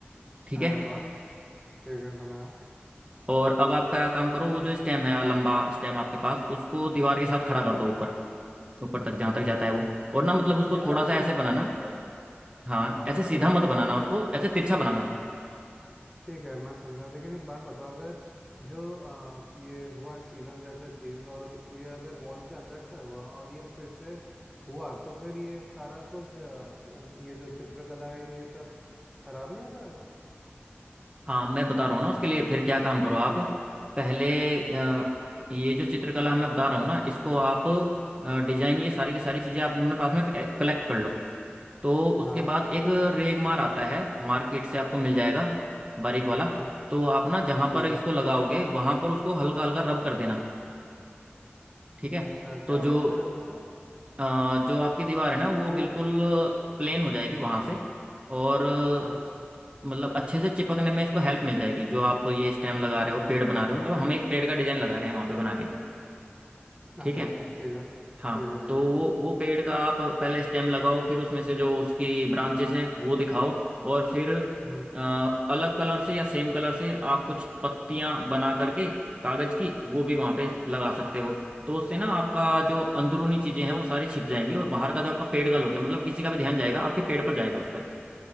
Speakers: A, on the right; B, in the centre.
A: ठीक है
B: अरे वाह ठीक है बनाया
A: और अब आप क्या काम करो वो जो स्टेम है लंबा स्टेम आपके पास उसको दीवार के साथ खड़ा
B: हाँ
A: कर दो ऊपर ऊपर तक जहाँ तक जाता है वो और ना मतलब उसको
B: यार
A: थोड़ा
B: एक
A: सा ऐसे
B: बात
A: बनाना
B: बताओ
A: हाँ
B: एक बात
A: ऐसे
B: बताओ
A: सीधा मत
B: अगर
A: बनाना
B: अ,
A: उसको ऐसे तिरछा बनाना
B: हाँ ठीक है मैं समझा लेकिन एक बात बताओ अगर जो अ, ये हुआ सीलन जैसा चीज और ये अगर वॉल के अंदर से हुआ और ये फिर से हुआ तो फिर ये सारा कुछ अ, प- ये जो चित्रकला है ये सब खराब नहीं हो जाएगा
A: हाँ मैं बता रहा हूँ ना उसके लिए फिर क्या काम करो आप पहले
B: अच्छा अच्छा
A: अ,
B: बताओ
A: ये जो चित्रकला मैं बता रहा हूँ ना इसको आप डिजाइन ये सारी की सारी चीज़ें आप अपने पास में कलेक्ट कर लो तो
B: हाँ
A: उसके बाद एक रेगमार आता है मार्केट से आपको मिल जाएगा
B: हम्म,
A: बारीक वाला
B: हम्म,
A: तो आप ना जहाँ
B: ठीक
A: पर इसको
B: है
A: लगाओगे वहाँ पर उसको हल्का हल्का रब कर देना ठीक है
B: अच्छा
A: तो
B: क्या होगा
A: जो
B: उससे करने से
A: अ, जो आपकी दीवार है ना वो बिल्कुल प्लेन हो जाएगी वहां से और अ,
B: अच्छा
A: मतलब अच्छे से चिपकने में इसको हेल्प मिल जाएगी जो आप ये स्टेम लगा रहे हो पेड़ बना रहे हो मतलब हम एक पेड़ का डिजाइन लगा रहे हैं वहां पे बना के ठीक
B: अच्छा
A: है
B: अच्छा ठीक है ठीक
A: हाँ
B: है ठीक
A: तो
B: है ठीक
A: वो
B: है
A: वो पेड़ का आप पहले स्टेम लगाओ फिर उसमें से जो उसकी ब्रांचेस हैं वो दिखाओ और फिर
B: हम्म
A: अ, अलग कलर से या सेम कलर से आप कुछ पत्तियां बना करके कागज की वो भी वहां पे लगा सकते हो तो उससे ना आपका जो अंदरूनी चीजें हैं वो सारी छिप जाएंगी और बाहर का जो आपका पेड़ का लुक है मतलब किसी का भी ध्यान जाएगा आपके पेड़ पर जाएगा उस पर